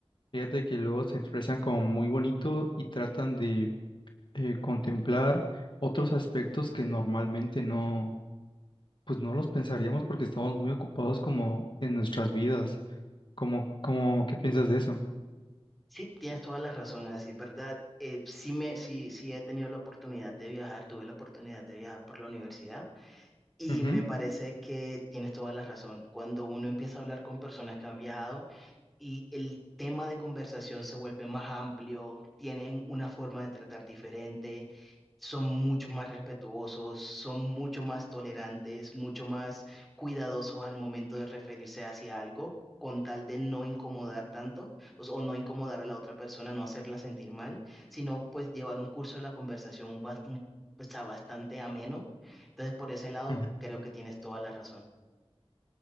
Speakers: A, on the left (about 50°); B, in the centre.
A: Fíjate que luego se expresan como muy bonito y tratan de eh, contemplar otros aspectos que normalmente no pues no los pensaríamos porque estamos muy ocupados como en nuestras vidas. Como, como, ¿qué piensas de eso?
B: Sí, tienes toda la razón, así es verdad. Eh, sí, me, sí, sí he tenido la oportunidad de viajar, tuve la oportunidad de viajar por la universidad. Y
A: Ujú,
B: me parece que tienes toda la razón. Cuando uno empieza a hablar con personas que han viajado y el tema de conversación se vuelve más amplio, tienen una forma de tratar diferente, son mucho más respetuosos, son mucho más tolerantes, mucho más cuidadosos al momento de referirse hacia algo, con tal de no incomodar tanto o, s- o no incomodar a la otra persona, no hacerla sentir mal, sino pues llevar un curso de la conversación un bas- un- o sea, bastante ameno entonces, por ese lado,
A: ujú.
B: creo que tienes toda la razón.